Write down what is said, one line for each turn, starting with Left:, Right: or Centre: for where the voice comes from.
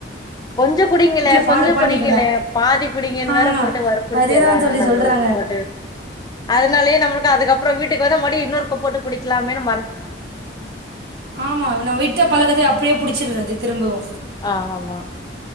Left: கொஞ்ச குடிங்களே
Right: ஃபாலோ
Left: கொஞ்ச
Right: பண்ணிக்கங்க
Left: குடிங்களே பாதி குடிங்கன்னு
Right: ஆமா
Left: வேற போட்டு வற்ப்புறுத்திட்றாங்க
Right: அதேதா தோழி
Left: நம்மள
Right: சொல்றாங்க
Left: போட்டு அதனாலயே நம்மளுக்கு அதுக்கப்பறம் வீட்டுக்கு வந்து மறுடியு இன்னொருக்க போட்டு குடிக்கலாமேனு
Right: ஆமா நா விட்ட பழக்கத்த அப்டியே புடிச்சிட்றது திரும்பவு
Left: ஆமா